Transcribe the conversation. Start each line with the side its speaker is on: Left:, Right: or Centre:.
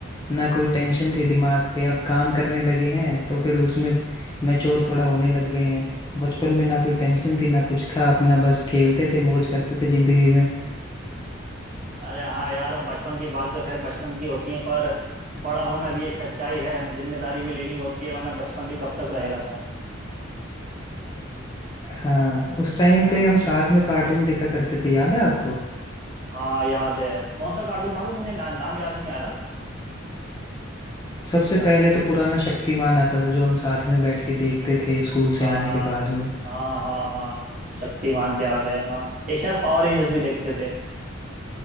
Left: ना कोई टेंशन थी दिमाग पे अब काम करने लगे हैं तो फिर उसमें मैच्योर थोड़ा होने लग गए हैं बचपन में ना कोई टेंशन थी ना कुछ था अपना बस खेलते थे मौज करते थे जिंदगी में
Right: अरे हाँ यार अब बचपन की बातें तो खैर बचपन की होती हैं पर बड़ा होना भी एक सच्चाई है जिम्मेदारी भी लेनी होती है वरना बचपन भी कब तक रहेगा साथ
Left: हाँ उस टाइम
Right: हाँ
Left: पे हम साथ में कार्टून देखा करते थे याद है आपको
Right: हाँ याद है कौन सा कार्टून था वो मुझे ना, नाम याद नहीं आ
Left: सबसे
Right: रहा
Left: पहले तो पुराना शक्तिमान आता था जो हम साथ में बैठ के देखते थे स्कूल
Right: हाँ
Left: से आने के बाद में
Right: हाँ हाँ हाँ शक्तिमान याद है हाँ एक शायद पावर रेंजर्स भी देखते थे